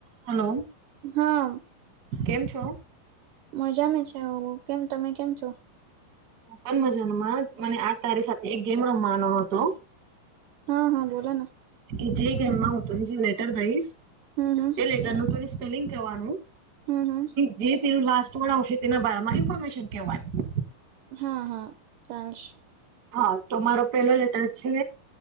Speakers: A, on the right; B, on the right.
A: Hello,
B: હા
A: કેમ છો?
B: મજામાં છે. કેમ, તમે કેમ છો?
A: પણ મજામાં, મને આ તારી સાથે એક ગેમ રમવાનો હતો.
B: હા હા, બોલો.
A: એ જે કે એમમાં હ હતું, એ જે લેટર દઈશ.
B: હમ, હમ.
A: તે લેટર નો સ્પેલિંગ કરવાનું.
B: હમ હમ
A: જે તેનું લાસ્ટ વણ આવશે, તેના બારમાં ઇન્ફોર્મેશન કહેવાનું.
B: હા હા, ચાલશે.
A: હા, તો મારો પેલો લેટર છે.